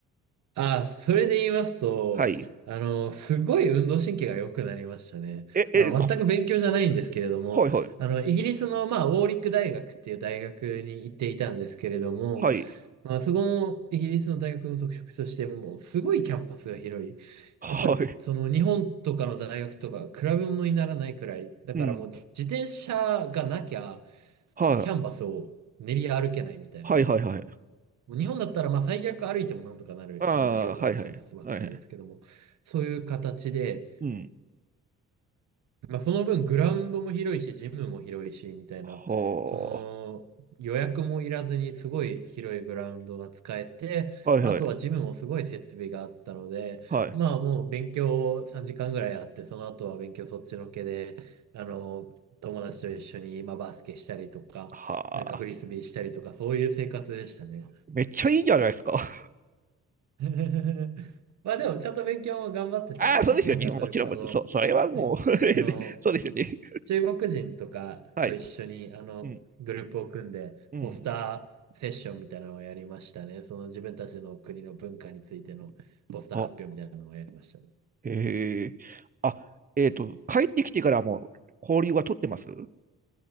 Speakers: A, on the right (about 70°); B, on the right (about 30°).
A: あ、それで言いますと、
B: はい。
A: あの、すごい運動神経が良くなりましたね。
B: え、え、
A: あの、全く勉強じゃないんですけれども、
B: はいはい。
A: あの、イギリスの、まあ、ウォーリック大学っていう大学に行っていたんですけれども、
B: はい。
A: まあ、そこのイギリスの大学の特色として、もう、すごいキャンパスが広い。
B: はい。
A: やっぱり、その、日本とかの大学とか、比べ物にならないくらい、だからもう、
B: うん。
A: 自転車がなきゃ、
B: はい。
A: かキャンパスを練り歩けないみたいな。
B: はいはいはい。
A: もう日本だったらまあ最悪歩いてもなんとかなるような広さのキャンパスばっかりですけども、
B: ああ、はいはい。はいはい。
A: そういう形で、
B: うん。
A: まあ、その分グラウンドも広いし、ジムも広いし、みたいな、
B: は
A: その予約もいらずにすごい広いグラウンドが使えて、
B: あ。はいはい。
A: あとはジムもすごい設備があったので、
B: はい。
A: まあもう勉強を3時間ぐらいやって、その後は勉強そっちのけで、あの、友達と一緒にまあバスケしたりとか、
B: は
A: なんかフリスビーしたりとか、
B: あ。
A: そういう生活でしたね。
B: めっちゃいいじゃないですか。
A: <laughs> まあでも、ちゃんと勉強も頑張ってたんで、
B: <laughs> ああ、そうですよね。
A: なんかそれこそ、
B: もちろん、もちろん。そう、それはもう
A: はい、あの、
B: <laughs> そうですよね。
A: 中国人とかと一緒に、
B: はい。
A: あの、
B: うん。
A: グループを組んで、
B: うん。
A: ポスターセッションみたいなのをやりましたね。その自分たちの国の文化についてのポスター発表みたいなのをやりましたね。
B: あ、へえ。あ、えっと、帰ってきてからも交流は取ってます